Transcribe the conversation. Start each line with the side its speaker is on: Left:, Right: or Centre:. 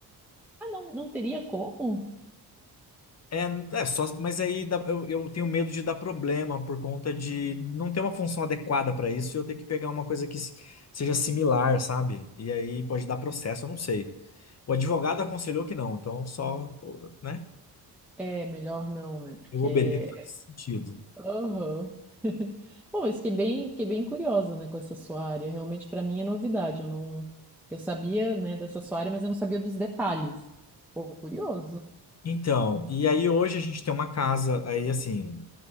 Centre: Ah, não, não teria como?
Left: É, é só, mas aí dá- eu, eu tenho medo de dar problema por conta de não ter uma função adequada para isso, e eu ter que pegar uma coisa que se- seja similar, sabe? E aí pode dar processo, eu não sei. O advogado aconselhou que não, então só, né?
Centre: É, melhor não, né? Porque
Left: Eu obedeço nesse sentido.
Centre: Aham. <laughs> Pô, mas fiquei bem, fiquei bem curiosa, né, com essa sua área. Realmente para mim é novidade, eu não eu sabia, né, dessa sua área, mas eu não sabia dos detalhes. Pô, curioso.
Left: Então, e aí hoje a gente tem uma casa, aí assim,